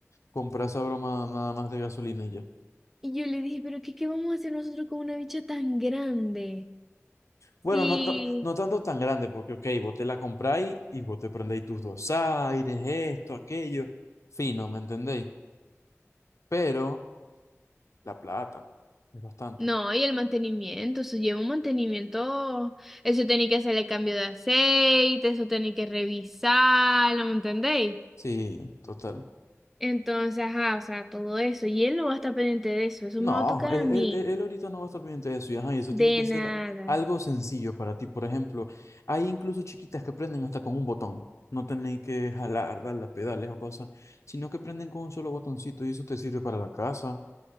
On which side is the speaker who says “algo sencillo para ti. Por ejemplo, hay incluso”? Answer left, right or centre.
Left